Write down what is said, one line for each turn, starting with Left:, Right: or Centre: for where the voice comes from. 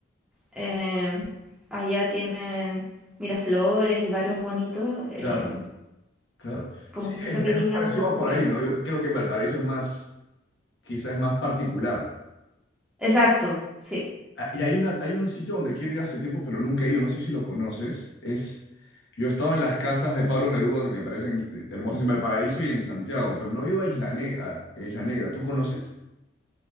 Centre: Em, allá tienen Miraflores y varios bonitos, em,
Left: Claro, claro.
Centre: como
Left: Sí,
Centre: que
Left: es,
Centre: siento que
Left: es
Centre: Viña
Left: más parecido
Centre: va un poco
Left: por
Centre: por
Left: ahí,
Centre: ahí.
Left: ¿no? Yo creo que Valparaíso es más quizás es más particular.
Centre: Exacto, sí.
Left: Ah, Y hay una, hay un sitio donde quiero ir hace tiempo, pero nunca he ido, no sé si lo conoces. Es, yo he estado en las casas de Pablo Neruda, que me parecen hermosas en Valparaíso y en Santiago, pero no he ido a Isla, Ne- a Isla Negra. ¿Tú conoces?